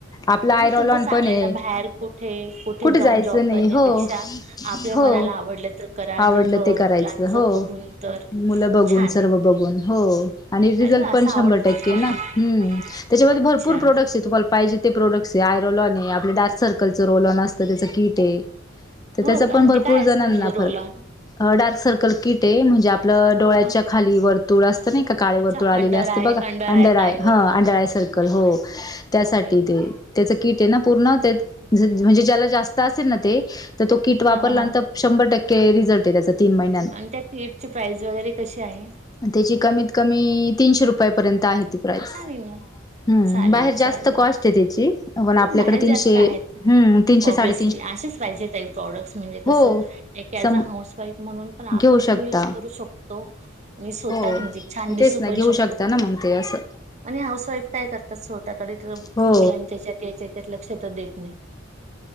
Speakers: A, on the left; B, on the right.
A: आपलं आयरॉलॉन
B: मग तुमच चांगलंय
A: पण आहे
B: ना बाहेर कुठे कुठे जाऊन
A: जायचं
B: जॉब
A: नाही
B: करण्यापेक्षा
A: हो
B: आपल्या
A: हो
B: मनाला आवडलं तर करा म्हजे
A: आवडलं
B: घर
A: ते करायचं
B: मुलांच
A: हो
B: बघून तर
A: मुलं बघून
B: छान
A: सर्व
B: आहे.
A: बघून हो आणि रिझल्ट
B: अरे वा असं
A: पण
B: आवड
A: शंभर
B: हां,
A: टक्के ना
B: हां.
A: हम् त्याच्यामध्ये
B: अच्छा
A: भरपूर प्रोडक्ट तुम्हाला पाहिजे ते प्रोडक्ट आय रलॉन आहे आपले डार्क सर्कलच रोललॉन असतं त्याचं कीट आहे तर
B: हो
A: त्याचा
B: का
A: पण भरपूर
B: ते काय
A: जणांना
B: असतं म्हणजे रोल
A: फरक
B: ऑन
A: डार्क सर्कल किट आहे म्हणजे आपलं डोळ्याच्या
B: हा
A: खाली
B: हा
A: वर्तुळ असतं नाही काळेवर
B: अच्छा
A: तुळ आले
B: अंडर
A: असते
B: आय
A: बघा
B: अंडर
A: अंडरय
B: आय काळीवर
A: ह अंडरय
B: हा हा
A: सर्कल
B: अंडर
A: हो
B: आय
A: त्यासाठी
B: ओके ओके
A: ते त्याचं कीट आहे ना पूर्ण म्हणजे ज्याला जास्त असेल ना ते तर तो कीट वापरलानंतर
B: हा हा हा
A: शंभर टक्के रिझल्ट आहे त्याचा तीन महिन्यात
B: आणि त्या किटची प्राईज वगैरे कशी आहे
A: त्याची कमीत कमी तीनशे रुपयापर्यंत आहे त ा्म
B: छान आहे ना. चालेल
A: बाहेर जास्त
B: चालेल.
A: कॉस्ट आहे त्याची प
B: हा
A: आपल्याकडे
B: बाहेर
A: तीनशे
B: जास्त आहेत
A: हम्म तीनशे
B: ऑब्विसली
A: साडे
B: असेच पाहिजे काही प्रॉडक्ट्स म्हणजे
A: हो
B: कसं एक
A: सम
B: ज अ हाऊस वाईफ म्हणून पण आपण
A: घेऊ शकता
B: पण युज करू शकतो मी स्वतः
A: हो
B: म्हणजे छान दिसू
A: तेच ना
B: पण
A: घेऊ
B: शकतो
A: शकता ना मग ते असं
B: आणि हाऊस वाईफ काय करतात छोट्याकडे तर
A: हो
B: मुलांच्याच्यात याच्याच्यात लक्ष तर देखणे